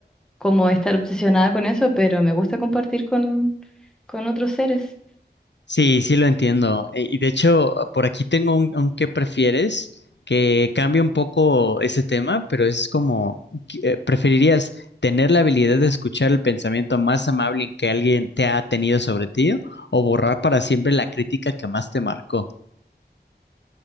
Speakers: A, in the centre; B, on the left (about 80°).
A: como estar obsesionada con eso, pero me gusta compartir con, con otros seres.
B: Sí, sí lo entiendo. Eh, Y de hecho, por aquí tengo un, un qué prefieres que cambia un poco ese tema, pero es como, ¿qué- eh, ¿preferirías tener la habilidad de escuchar el pensamiento más amable que alguien te ha tenido sobre ti o borrar para siempre la crítica que más te marcó?